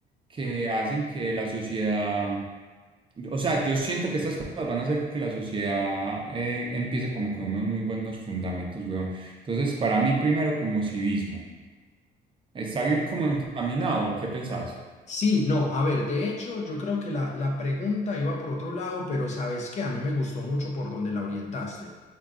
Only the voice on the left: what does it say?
Sí, no, a ver, de hecho, yo creo que la, la pregunta iba por otro lado, pero sabes que a mí me gustó mucho por donde la orientaste,